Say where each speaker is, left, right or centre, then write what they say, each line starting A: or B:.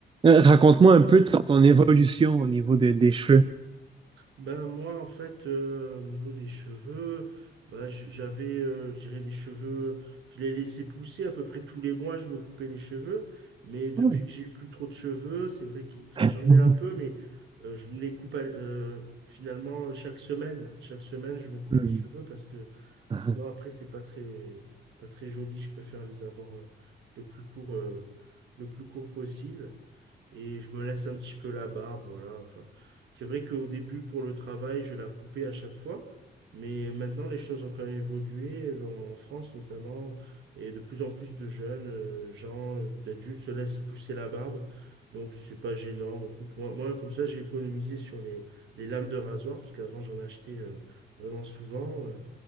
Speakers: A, on the right (about 25°); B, on the right (about 80°).
A: raconte-moi un peu ton, ton évolution au niveau des, des cheveux.
B: Ben moi, en fait, euh, au niveau des cheveux, ben, j- j'avais, euh, je dirais, les cheveux, je les laissais pousser à peu près tous les mois, je me coupais les cheveux. Mais depuis
A: Oui.
B: que j'ai plus trop de cheveux, c'est vrai que, enfin,
A: <laughs>
B: j'en ai un peu, mais euh, je me les coupe à- euh, finalement chaque semaine. Chaque semaine, je me coupe
A: Hmm.
B: les cheveux parce que
A: Ah.
B: sinon, après, c'est pas très, pas très joli. Je préfère les avoir euh, le plus court, euh, le plus court possible. Et je me laisse un petit peu la barbe, voilà. Enfin, c'est vrai qu'au début, pour le travail, je la coupais à chaque fois, mais maintenant, les choses ont quand même évolué, dans- en France notamment, et de plus en plus de jeunes euh, gens, euh, d'adultes, se laissent pousser la barbe. Donc, c'est pas gênant. mais Écoute, moi, moi, comme ça, j'ai économisé sur les, les lames de rasoir, parce qu'avant, j'en achetais euh, vraiment souvent. euh,